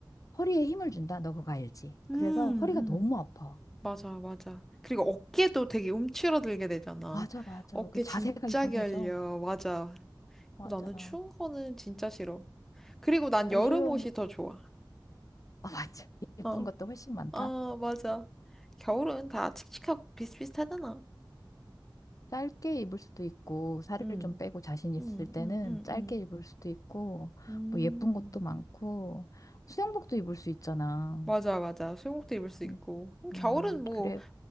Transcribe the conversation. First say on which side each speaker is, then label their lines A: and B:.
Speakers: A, on the left; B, in the centre.
A: 허리에 힘을 준다. 너 그거 알지?
B: 응.
A: 그래서
B: 음,
A: 허리가 너무
B: 음.
A: 아파.
B: 맞아, 맞아. 그리고 어깨도 되게 움츠러들게 되잖아.
A: 맞아, 맞아.
B: 어깨
A: 그 자세가
B: 진짜
A: 이상해져.
B: 결려. 맞아.
A: 맞아.
B: 나는 추운 거는 진짜 싫어. 그리고 난
A: 발시려운
B: 여름 옷이
A: 거,
B: 더 좋아.
A: 아, 맞아. 예쁜
B: 어.
A: 것도 훨씬 많다.
B: 어, 맞아. 겨울은 다 칙칙하고 비슷비슷하잖아.
A: 짧게 입을 수도 있고, 살을
B: 응,
A: 좀 빼고 자신 있을
B: 응,
A: 때는
B: 응, 응,
A: 짧게
B: 응.
A: 입을 수도 있고,
B: 음,
A: 뭐 예쁜 것도 많고, 수영복도 입을 수 있잖아.
B: 맞아, 맞아. 수영복도 입을 수 있고.
A: 음,
B: 음, 겨울은
A: 음,
B: 뭐,
A: 그래.